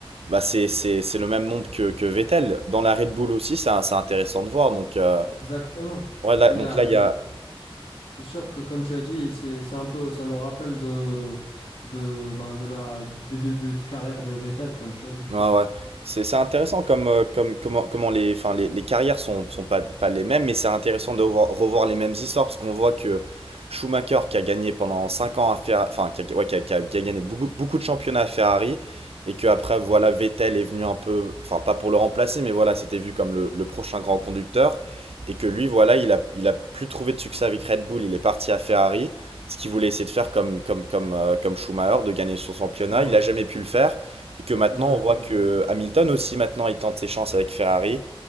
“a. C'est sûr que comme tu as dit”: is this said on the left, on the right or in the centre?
Left